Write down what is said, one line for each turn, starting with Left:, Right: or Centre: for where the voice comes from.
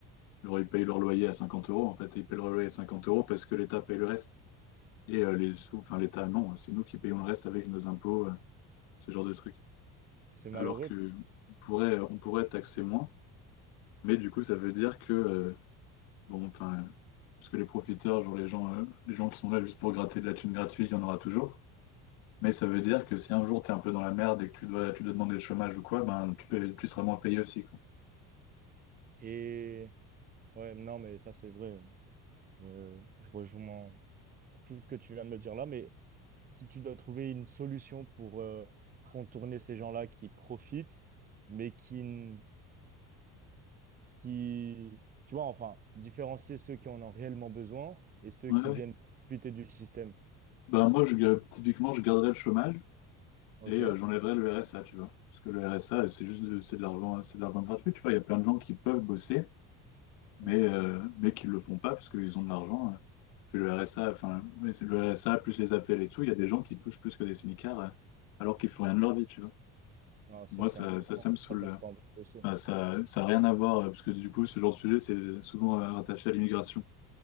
Left: Alors, ils payent leur loyer à 50 euros. En fait, ils payent leur loyer à 50 euros parce que l'État paye le reste. Et euh, les sous, enfin, l'État, non, c'est nous qui payons le reste avec nos impôts, euh, ce genre de truc.
Right: C'est
Left: Alors
Right: malheureux.
Left: que on pourrait, on pourrait taxer moins, mais du coup, ça veut dire que, euh, bon, enfin, parce que les profiteurs, genre les gens, euh, les gens qui sont là juste pour gratter de la thune gratuite, il y en aura toujours. Mais ça veut dire que si un jour tu es un peu dans la merde et que tu dois, tu dois demander le chômage ou quoi, ben tu, peux- tu seras moins payé aussi, quoi.
Right: Et ouais, non, mais ça, c'est vrai. Euh, je rejoins tout ce que tu viens de me dire là, mais si tu dois trouver une solution pour euh, contourner ces gens-là qui profitent, mais qui, n- qui, tu vois, enfin, différencier ceux qui en ont réellement besoin et ceux
Left: Ouais,
Right: qui
Left: ouais.
Right: viennent profiter du système.
Left: Ben moi, je, ga- typiquement, je garderais le chômage
Right: OK?
Left: et euh, j'enlèverais le RSA, tu vois. Parce que le RSA, c'est juste de, c'est de l'argent, euh, c'est de l'argent gratuit, tu vois. Il y a plein de gens qui peuvent bosser, mais,
Right: Hmm.
Left: euh, mais qui ne le font pas parce qu'ils ont de l'argent. euh. Puis le RSA, enfin, oui, c'est le RSA, plus les appels et tout, il y a des gens qui touchent plus que des smicards euh, alors qu'ils font rien de leur vie, tu vois.
Right: Ah, ça,
Left: Moi,
Right: c'est
Left: ça,
Right: incohérent.
Left: ça, ça me saoule.
Right: Ça donne
Left: euh.
Right: pas envie de bosser.
Left: Enfin, ça, ça n'a rien à voir, euh, parce que du coup, ce genre de sujet, c'est souvent euh, rattaché à l'immigration.